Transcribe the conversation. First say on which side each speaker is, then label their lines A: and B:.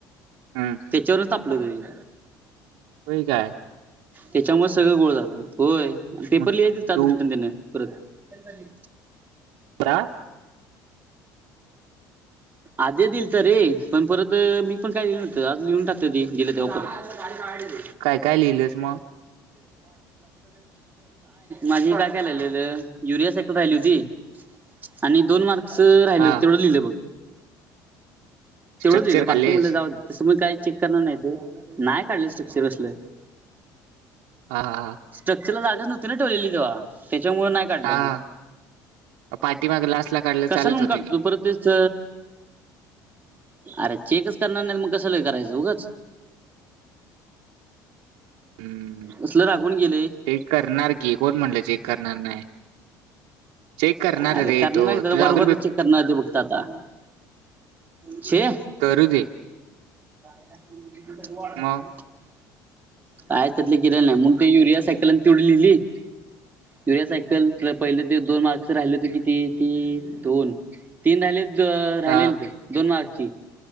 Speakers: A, on the right (about 80°); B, on the right (about 20°).
A: हम्म
B: त्याच्यावरच तपलं त
A: होय काय
B: त्याच्यामुळे सगळं गोळ झाला होय पेपर
A: मग
B: लिहा <unintelligible> त्यात
A: तू
B: रिटर्न देणार आहेत परत.
A: क
B: आधी दिईल तर रे पण परत मी पण काय लिहिल नव्हत आज लिहून टाकत ते दिले तेव्हा परत. गाडने
A: काय काय लिहिलंस मग
B: माझी काय युरिया साइकल राहिली होती. आणि दोन मार्क्स राहिल
A: हा
B: तेवढं लिहिलं बघ.
A: स्ट्रक्चर
B: तेवढंच होल बाकी
A: खाल्लेस
B: म्हटलं जाऊ तसं मी काही चेक करणार नाहीत नाही काढलं स्ट्रक्चर असलं. ह
A: हा हा ह
B: स्ट्रक्चरला जागाचव्हती ना ठेवलेली तेव्हा त्याच्यामुळं नाही काढलं
A: हां.
B: मग.
A: हां, पाठीमाग लास्टला काढलं
B: कशा
A: चालत
B: लवून
A: होतं
B: काढतो
A: की.
B: परतच अरे चेकच करणार नाही मग कसं ल करायचं उगंच.
A: हं,
B: असले रागवून गेले
A: चेक करणार की कोण म्हणलं चेक करणार नाही. चेक करणार
B: अरे
A: रे
B: करणार
A: तो
B: त्याला
A: तुझं
B: बरोबर
A: <unintelligible>
B: चेक करणार दे कुठं ते आता. छे
A: करु दे.
B: <unintelligible>
A: मग
B: कायच त्यातले किलंय नाही मणून ते युरिया सायकला तिवड लिहिली. य्युरिया सायकल तर पहिले ते दोन मार्क्स राहिले होते किती ते दोन तीन राहिले
A: हां,
B: राहिलेले दोन मार्कची.